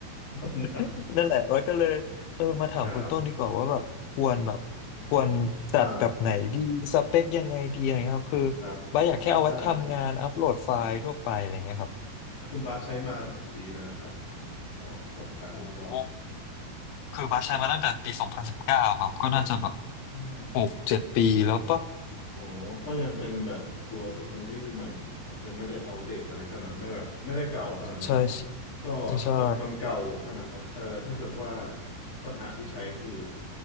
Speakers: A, on the left (about 40°); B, on the left (about 80°).
A: <laughs> ครับ
B: <laughs> นั่นแหละแล้ก็เลยเออมาถามคุณต้นดีกว่าว่าแบบควรแบบควรจัดแบบไหนดีสเปคยังไงดีอะไรเงี้ยครับคือ
A: ครับอ่าครับ
B: บ้าสอยากแค่เอาไว้ทำงานอัปโหลดไฟล์ทั่วไปอะไรเงี้ยครับ
A: ได้ได้อ่ะคุณบาสใช้มากี่ปีแล้วนะครับขอสอบถามอีกรอบ
B: โอ้โหคือบัสใช้มาตั้งแต่ปีสองพันสิบเก้าครับก็น่าจะแบบ
A: พันเก้า
B: หกเจ็ดปีแล้วปะ
A: อ๋อ ก็ยังเป็นแบบตัวเทคโนโลยีใหม่อยู่ครับยังไม่ได้อัปเดตอะไรขนาดไม่แบบไม่ได้เก่าขนาดนั้น
B: ใช่
A: ก็ถ้าเกิดมันเก่าขนาดนั้นเออถ้าเกิดว่า
B: ไม่ใช่
A: ปัญหาที่ใช้คือ